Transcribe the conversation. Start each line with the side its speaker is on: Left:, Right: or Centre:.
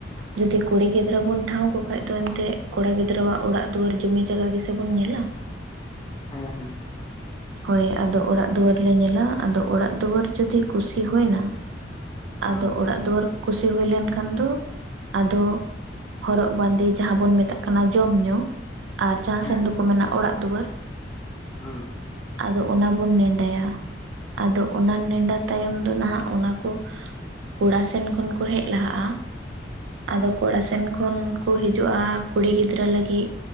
Right: ᱡᱩᱫᱤ ᱠᱩᱲᱤ ᱜᱤᱫᱽᱨᱟᱹ ᱵᱚᱱ ᱴᱷᱟᱶ ᱠᱚ, ᱠᱷᱟᱡ ᱫᱚ ᱮᱱᱛᱮ ᱠᱚᱲᱟ ᱜᱤᱫᱽᱨᱟᱹᱣᱟᱜ, ᱚᱲᱟᱜ ᱫᱩᱣᱟᱹᱨ ᱡᱩᱢᱤ ᱡᱟᱭᱜᱟ ᱜᱮᱥᱮ ᱵᱚᱱ ᱧᱮᱞᱟ ᱾
Left: ᱦᱩᱸ- ᱦᱩᱸ ᱾
Right: ᱦᱳᱭ ᱟᱫᱚ ᱚᱲᱟᱜ ᱫᱩᱣᱟᱹᱨ ᱞᱮ ᱧᱮᱞᱟ᱾ ᱟᱫᱚ ᱚᱲᱟᱜ ᱫᱩᱣᱟᱹᱨ ᱡᱩᱫᱤ ᱠᱩᱥᱤ ᱦᱩᱭᱱᱟ
Left: ᱦᱮᱸ
Right: ᱟᱫᱚ ᱚᱲᱟᱜ ᱫᱩᱣᱟᱹᱨ ᱠᱩᱥᱤ ᱦᱩᱭ ᱞᱮᱱᱠᱷᱟᱱ ᱫᱚ ᱟᱫᱚ ᱦᱚᱨᱚᱜ ᱵᱟᱸᱫᱮ ᱡᱟᱦᱟᱸ ᱵᱚᱱ ᱢᱮᱛᱟᱜ ᱠᱟᱱᱟ ᱡᱚᱢ ᱧᱩ ᱾ ᱟᱨ ᱡᱟᱸᱦᱟᱸ
Left: ᱦᱮᱸ
Right: ᱥᱮᱱ ᱫᱚᱠᱚ ᱢᱮᱱᱟ ᱚᱲᱟᱜ ᱫᱩᱣᱟᱹᱨ ᱾
Left: ᱦᱩᱸ
Right: ᱟᱫᱚ ᱚᱱᱟ ᱵᱚᱱ ᱱᱮᱰᱟᱭᱟ ᱾ ᱟᱫᱚ ᱚᱱᱟ ᱱᱮᱰᱟ ᱛᱟᱭᱚᱢ ᱫᱚ ᱱᱟᱦᱟᱜ ᱚᱱᱟ ᱠᱚ ᱠᱚᱲᱟ ᱥᱮᱱ ᱠᱷᱚᱱ ᱠᱚ ᱦᱮᱡ ᱞᱟᱦᱟᱜᱼᱟ, ᱟᱫᱚ
Left: ᱟᱪᱪᱷᱟ
Right: ᱠᱚᱲᱟ ᱥᱮᱱ ᱠᱷᱚᱱ ᱠᱚ ᱦᱤᱡᱩᱜᱼᱟ ᱠᱩᱲᱤ ᱜᱤᱫᱽᱨᱟᱹ ᱞᱟᱹᱜᱤᱜ